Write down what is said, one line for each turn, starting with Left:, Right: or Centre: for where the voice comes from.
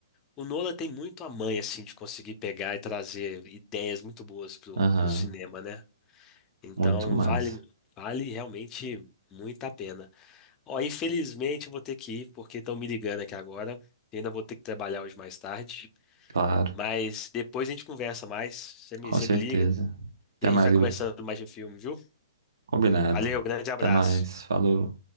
Left: o Nola tem muito a mãe, assim, de conseguir pegar e trazer ideias muito boas pro,
Right: Aham.
Left: pro cinema, né? Então,
Right: Muito massa.
Left: vale, vale realmente muito a pena. Ó, infelizmente eu vou ter que ir, porque estão me ligando aqui agora. E Ainda vou ter que trabalhar hoje mais tarde.
Right: Claro.
Left: Mas depois a gente conversa mais. Você me,
Right: Com
Left: você
Right: certeza.
Left: me liga e
Right: Até
Left: a gente
Right: mais,
Left: vai
Right: Gabriel.
Left: conversando mais de filme, viu?
Right: Combinado.
Left: Valeu, grande abraço.
Right: Até mais. Falou.